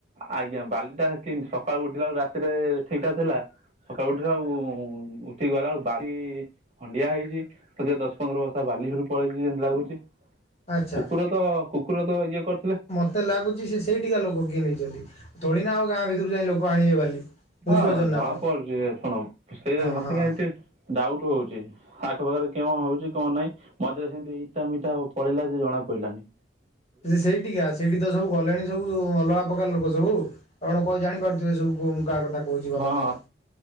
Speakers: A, on the right (about 35°); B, on the left (about 35°).
A: ଆଜ୍ଞା ବାଲିଟା କେତି ସକାଳୁ ଉଠିଲା ବେଳକୁ ରାତିରେ ଠିକ୍ ଠାକ୍ ଥିଲା। ସକାଳୁ ଉଠି ଆଉ ଉଠିକି ଗଲା ବେଳକୁ ବାଲି ଖଣ୍ଡିଆ ହେଇଛି ସଧା ଦଶ ପନ୍ଦର ବସ୍ତା ବାଲି‌ ସେଇଠୁ ପଳେଇଛି ଯେମିତି ଲାଗୁଛି।
B: ଆଚ୍ଛା
A: କୁକୁର ତ କୁକୁର ତ ଇଏ କରିଥିଲେ।
B: ମତେ ଲାଗୁଛି ସେ ସେଇ ଟିକା ଲୋକ କିଏ ନେଇଛନ୍ତି। ତୋଳି ନା ଆଉ ଗାଁ ଭିତରୁକୁ ଯାଇ ଲୋକ ଆଣିବେ ବାଲି। ବୁଝିପାରୁଛନ୍ତି
A: ହଁ
B: ନା
A: ଜଣା
B: ଆପଣ
A: ପଡ଼ୁଛି ଶୁଣ ସେ
B: ହଁ
A: ମତେ
B: ହଁ
A: କାହିଁ ଟିକେ ଡା଼ଉଟ୍ ହଉଛି। ଆଖ ପାାଖରେ କିଅଣ ହଉଛି କଣ ନାହିଁ? ମଝିରେ ସେମିତି ଇଟା ମିଟା ପଳେଇଲା ଯେ ଜଣା ପଡି଼ଲାନି।
B: ଯି ସେଇଠିକି ଆସ ସେଇଠି ତ ସବୁ ଗଲେଣି ସବୁ ଅଲଗା ପ୍ରକାର ଲୋକ ସବୁ। ଆପଣ କଣ ଜାଣିପାରୁଥିବେ ସବୁ କାହା କଥା। କଉଚି ଭଲ
A: ହଁ
B: ମନ୍ଦ।